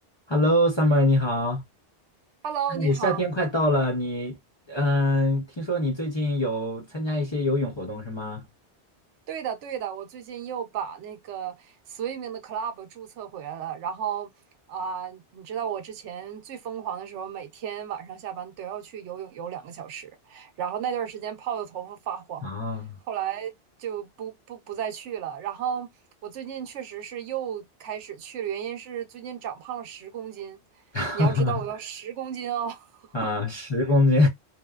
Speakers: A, on the left (about 30°); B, on the right (about 85°).
A: Hello，Summer，你好。
B: Hello，
A: 哎，
B: 你好。
A: 夏天快到了，你嗯，听说你最近有参加一些游泳活动是吗？
B: 对的，对的，我最近又把那个 swimming 的 club 注册回来了。然后啊、你知道我之前最疯狂的时候，每天晚上下班都要去游泳游两个小时，然后那段时间泡的头发发黄，
A: 啊，
B: 后来就不不不再去了。然后我最近确实是又开始去了，原因是最近长胖了十公斤。
A: <laughs>
B: 你要知道，我要十公斤哦。<laughs>
A: 啊，十公斤，